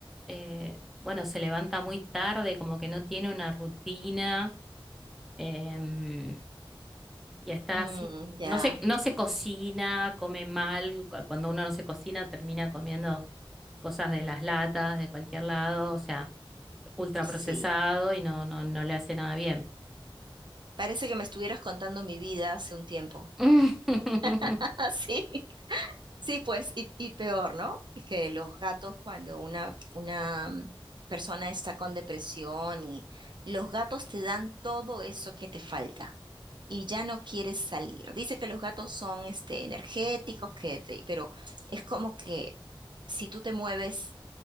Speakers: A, in the centre; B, on the right.
A: Eh, bueno, se levanta muy tarde, como que no tiene una rutina. Em, Ya está
B: Mm,
A: así.
B: ya,
A: No se, no se cocina, come mal. cu- Cuando uno no se cocina, termina comiendo cosas de las latas, de cualquier lado, o sea, ultra
B: sí.
A: procesado y no, no, no le hace nada bien.
B: Parece que me estuvieras contando mi vida hace un tiempo.
A: <laughs>
B: <laughs> Ah, Sí, sí, pues, y, y peor, ¿no? Es que los gatos, cuando una, una mm, persona está con depresión y los gatos te dan todo eso que te falta y ya no quieres salir. Dice que los gatos son, este, energéticos, que te- pero es como que si tú te mueves